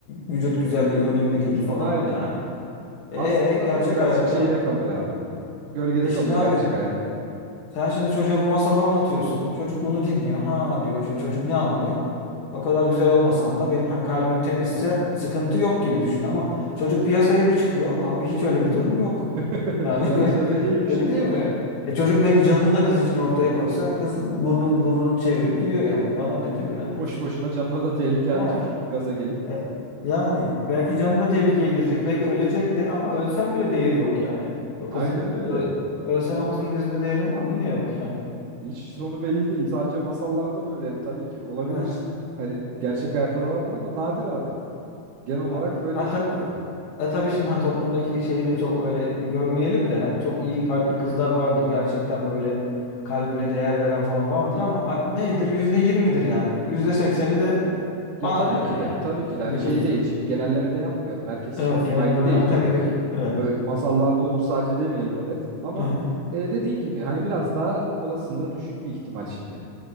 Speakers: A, on the left (about 80°); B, on the right (about 85°).
A: vücut güzelliği önemli değil falan
B: Aynen.
A: yani. E
B: Aslında
A: gerçek
B: bu birazcık
A: hayatta.
B: şeyde kalıyor abi. Gölgede
A: E şimdi
B: kalıyor
A: abi
B: gerçek hayatta.
A: Sen şimdi çocuğa bu masalı anlatıyorsun. Çocuk bunu dinliyor. Ha diyor. Şimdi çocuk ne anlıyor? O kadar güzel olmasam da benim hani kalbim temizse sıkıntı yok gibi düşünüyor. Ama çocuk piyasaya bir çıkıyor. Abi hiç öyle bir durum yok.
B: <laughs>
A: Yani
B: Meğerse öyle
A: <laughs>
B: değilmiş
A: öyle
B: diyor.
A: değil mi? E çocuk belki canını da kız için ortaya koysa kız burnun, burnunu çevirip gidiyor yani. Bana ne diyor yani
B: Boşu
A: hiç.
B: boşuna canına da tehlikeye
A: Ha,
B: atacak çocuk gaza gelip.
A: e, yani belki canı da tehlikeye girecek. Belki ölecek de ama ölsen bile değeri yok yani. O kızın
B: Aynen öyle.
A: ö- ölsen o kızın gözünde değerin var mı? Yine yok yani.
B: Hiç sonu belli değil. Sadece masallarda böyle yani tabii ki olabilir.
A: Evet.
B: Hani gerçek hayatta da vardır ama nadir abi. Genel olarak
A: Ha.
B: böyle
A: Hatta
B: işlemiyor olay.
A: e tabii şimdi ha, toplumdaki şeyi de çok öyle gömmeyelim de hani çok iyi kalpli kızlar vardır gerçekten böyle kalbine değer veren falan vardır ama ha, nedir yüzde yirmidir yani yüzde sekseni de
B: Ya
A: bana
B: tabii
A: ne der
B: ki
A: yani
B: de tabii ki de
A: gibi.
B: hani şey değil. Şimdi genelleme de yapmayalım. Herkes
A: Evet
B: için
A: genelleme
B: aynı değil
A: yapmaya
B: tabii
A: <laughs> gerek
B: ki.
A: yok. Evet.
B: Böyle masallarda olur sadece demeyelim evet. Ama
A: Aha,
B: e, dediğin gibi hani biraz daha olasılığı düşük bir ihtimal şimdi.